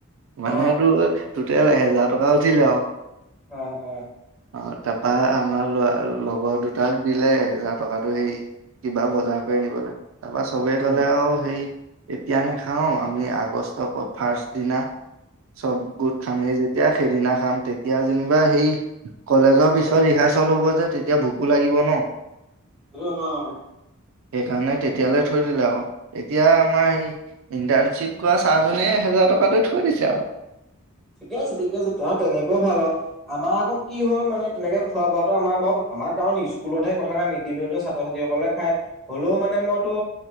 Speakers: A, in the centre; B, on the right.
A: আহ
B: মানে এইটো টোটেল এহেজাৰ টকা উঠিলে আৰু।
A: অ' অ'
B: অ' তাৰপৰা আমাৰ ল'ৰা লগৰ দুটাক দিলে এহেজাৰ টকাটো, হেৰি কিবা বজাৰ কৰি আনিবলৈ। তাৰপৰা চবেই
A: উম
B: ক'লে আৰু সেই এতিয়া নাখাওঁ, আমি আগষ্টৰ ফাৰ্ষ্ট দিনা চব গোট খামেই যেতিয়া সেইদিনা খাম, তেতিয়া যেনিবা সেই কলেজৰ পিছৰ কলেজ হ'ব যে, তেতিয়া ভোকো লাগিব ন।
A: সেইটো হয় অ'
B: সেইকাৰণে তেতিয়ালে থৈ দিলে আৰু, এতিয়া আমাৰ সেই ইণ্টাৰ্ণশ্বিপ কৰা ছাৰজনে, এহেজাৰ টকাটো থৈ দিছে আৰু।
A: ঠিকে আছে, ঠিকে আছে। অ' তেনেকৈও ভাল আৰু আমাৰ আকৌ কি হ'ল মানে তেনেকে খোৱা বোৱাটো আমাৰ বাৰু আমাৰ কাৰণ স্কুলত হে কথা নাই, মিটিং মিলতো ছাত্ৰ-ছাত্ৰীসকলে খাই হ'লেও মানে মইতো